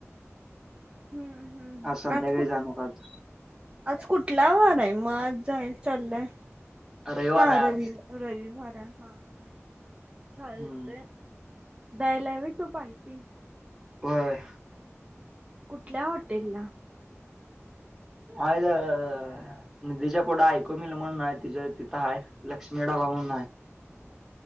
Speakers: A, on the right; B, in the centre.
A: हम्म हम्म.
B: संध्याकाळी
A: आज कुठ
B: जाणार आज
A: आज कुठला वारय? म जाई चाललाय
B: रविवार
A: हा
B: आहे आज
A: रवी रविवाराय हा हा. चालतय.
B: हम्म
A: द्यायलाय व्हय तो पार्टी?
B: होय.
A: कुठल्या हॉटेल ला?
B: हाय अअ. नदीच्या पुढ आयको मील म्हणून हाय तिच्या तिथं हाय, लक्ष्मी ढाबा म्हणून हाय.